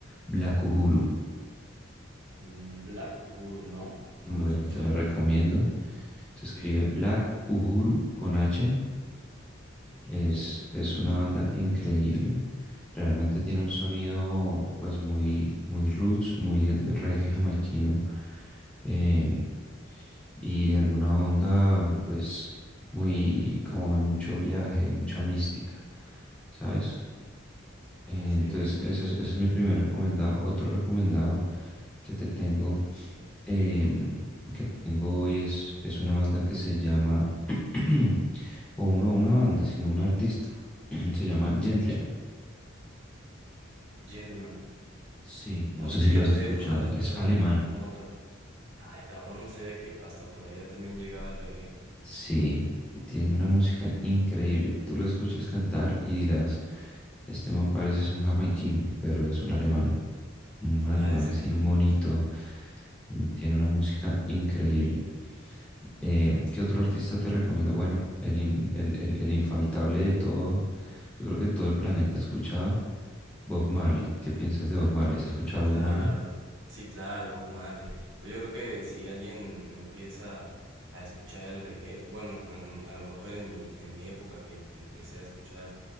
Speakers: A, in the centre; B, on the right.
A: Black Uhuru.
B: Mm, Black Uhuru, no, no
A: Bueno,
B: lo he escuchado,
A: te la
B: pero
A: recomiendo. Se
B: ok,
A: escribe Black Uhuru con H. Es,
B: ok, Uhuru.
A: es una banda increíble. Realmente tiene un sonido pues muy, muy roots, muy de de reggae jamaiquino. eh, y de alguna onda pues muy como de mucho viaje, mucha mística, ¿sabes? Eh,
B: Así
A: Entonces,
B: me imagino.
A: ese es, ese es mi primer recomendado. Otro recomendado que te tengo, em, que te tengo hoy es, es una banda que se llama, <clears throat> o no una banda, sino un artista. <clears throat> Se llama Gentleman.
B: Gentleman.
A: Sí, no
B: No,
A: sé
B: ¿Y
A: si lo
B: de dónde
A: has escuchado.
B: es? No, no lo he escuchado.
A: Es alemán.
B: No, tampoco. Ay, cabrón, no sabía que hasta por allá también llegaba el reggae.
A: Sí, tiene una música increíble. Tú lo escuchas cantar y dirás, este man parece es un jamaiquino, pero es un alemán. Un alemán
B: Ah, de ser-
A: así, un monito. Tiene una música increíble. Eh, ¿qué otro artista te recomiendo? Bueno, el, in- el, el- el infaltable de todos, yo creo que todo el planeta ha escuchado, Bob Marley. ¿Qué piensas de Bob Marley? ¿Has escuchado
B: Claro,
A: Bob Marley?
B: sí, claro, Bob Marley. Pues yo creo que si alguien empieza a escuchar el reggae, bueno, a, lo a lo mejor en mi, en mi época que em- empecé a escuchar